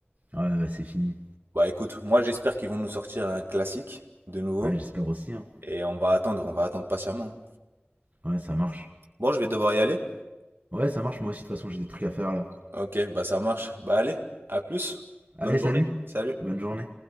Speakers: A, on the right; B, on the right.
A: Ouais, ouais, c'est fini.
B: Bah écoute, moi j'espère qu'ils vont nous sortir un classique de nouveau.
A: Ouais, j'espère aussi, hein.
B: Et on va attendre, on va attendre patiemment.
A: Ouais, ça marche.
B: Bon, je vais devoir y aller.
A: Ouais, ça marche, moi aussi, de toute façon, j'ai des trucs à faire, là.
B: Ok, bah ça marche. Bah allez, à plus. Bonne
A: Allez,
B: journée.
A: salut.
B: Salut.
A: Bonne journée.